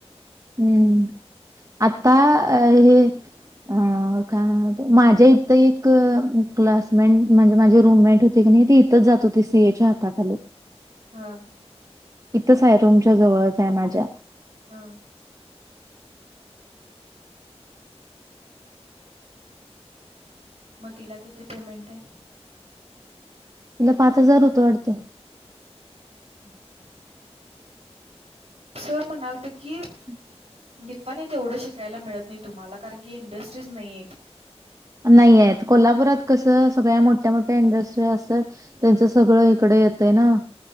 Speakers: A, on the right (about 30°); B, on the right (about 70°).
A: हम्म आता अ हे अ काय म्हणत माझ्या इथ एक क्लासमेट म्हणजे माझे रूममेट होते आणि ते इथच जात होते सीएच्या हाताखाली
B: हा
A: इथंच आहे रूमच्या जवळच आहे माझ्या
B: हा
A: <inaudible>
B: मग तिला किती पेमेंट आहे
A: तुला पाच हजार होतो अडत
B: हम् <inaudible> सर मनालतिथ की
A: हम्
B: निने तेवढं शिकायला मिळत नाही तुम्हाला कारण की इंडस्ट्रीज नाहीय आहेत
A: नाही आहेत. कोल्हापुरात कसं सगळ्या मोठ्या मोठ्या इंडस्ट्री असेल त्यांच सगळं इकडे येतय ना